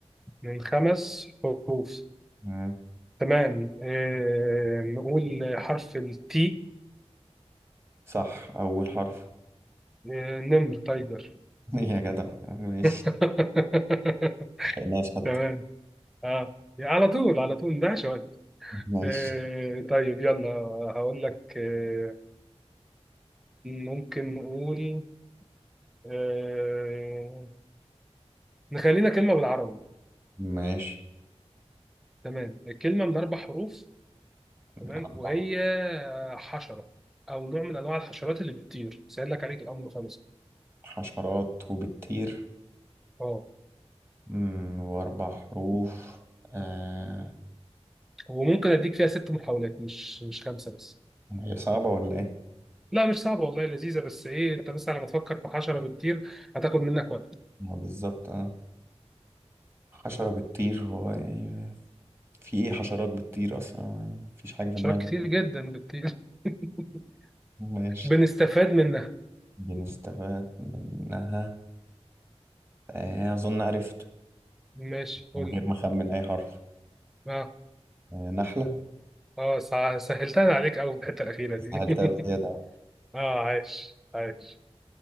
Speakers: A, in the centre; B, on the right.
A: من خمس حروف
B: مم.
A: تمام إيه نقول حرف التي
B: صح أول حرف
A: إيه نمر تايجر
B: <laughs> يا جدع ماشي
A: <laughs>
B: ملحقناش حتى
A: تمام اه على طول على طول مضيعش وقت
B: ماشي
A: آه طيب يلا هقول لك آه ممكن نقول آه نخلينا كلمة بالعربي
B: ماشي
A: تمام الكلمة من أربع حروف
B: من
A: تمام
B: أربع
A: وهي حشرة أو نوع من أنواع الحشرات اللي بتطير سهل لك عليك الأمر خالص
B: حشرات وبتطير
A: اه
B: مم، وأربع حروف آه.
A: وممكن أديك فيها ست محاولات مش مش خمسة بس
B: هي صعبة ولا إيه؟
A: لا مش صعبة والله لذيذة بس إيه أنت بس على ما تفكر في حشرة بتطير هتاخد منك وقت
B: ما بالظبط آه حشرة بتطير هو إيه؟ في إيه حشرات بتطير أصلا مفيش حاجة في
A: حشرات
B: دماغي
A: كتير جدا بتطير <laughs>
B: ماشي
A: بنستفاد منها
B: دي نستفاد منها آه، أظن عرفت
A: ماشي قول
B: من غير
A: لي
B: ما أخمن أي حرف
A: اه
B: آه، نحلة
A: اه سع- سهلتها عليك قوي الحته الاخيره دي
B: سهلتها بزيادة
A: <laughs> اه عايش عايش